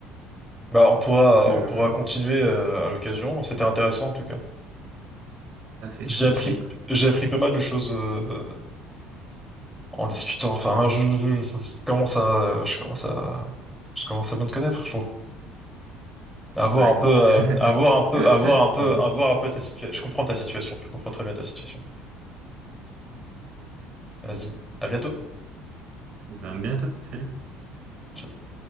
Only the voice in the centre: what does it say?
Bah, on pourra,
on pourra continuer euh, à l'occasion. C'était intéressant en tout cas.
J'ai
appris,
j'ai appris pas mal de choses euh, en discutant. Enfin, je, je- je- je commence à, je commence à, je commence à bien te connaître, je trouve. À
voir un
peu, euh, à voir un peu,
à voir un peu,
à voir un peu ta situation. Je comprends ta situation. Je comprends très bien ta situation.
Vas-y, à bientôt.
Ciao.